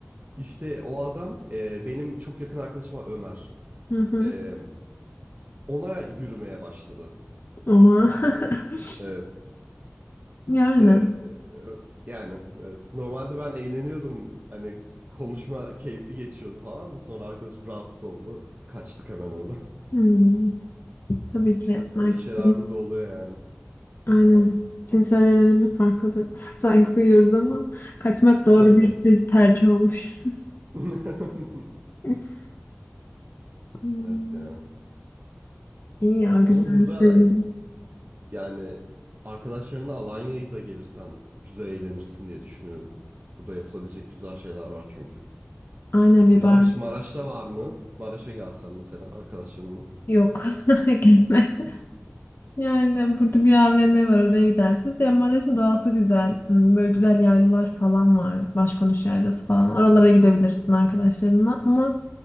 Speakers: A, on the right (about 40°); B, on the left (about 50°).
A: İşte o adam e, benim çok yakın arkadaşım var Ömer.
B: Hı hı.
A: E, ona yürümeye başladı.
B: Oha. <laughs>
A: Evet.
B: Yani.
A: İşte e, e, yani evet. Normalde ben eğleniyordum. Hani konuşma keyifli geçiyordu falan da sonra arkadaşım rahatsız oldu. Kaçtık hemen oradan.
B: Hmm. Tabii ki
A: <laughs> Öyle
B: marketin.
A: şeyler burada oluyor yani.
B: Aynen.
A: Bayağı.
B: Cinsel yönelimi farklıdır. <laughs> Saygı duyuyoruz ama kaçmak doğru
A: Ya tabii
B: bir
A: ki.
B: se- tercih olmuş.
A: <laughs>
B: <laughs> Hmm.
A: Evet ya.
B: İyi ya güzel
A: Ama burada
B: sevindim.
A: yani arkadaşlarınla Alanya'ya da gelirsen güzel eğlenirsin diye düşünüyorum. Burada yapılabilecek güzel şeyler var çünkü.
B: Aynen bir
A: Maraş
B: bar.
A: Maraş'ta var mı? Maraş'a gelsen mesela arkadaşlarınla.
B: Yok. <laughs> Gelme. Yani burada bir AVM var oraya gidersiniz. Ya Maraş'ın doğası güzel. Hmm, Böyle güzel yaylalar falan var. Başkonuş yaylası falan. Oralara gidebilirsin arkadaşlarınla. Ama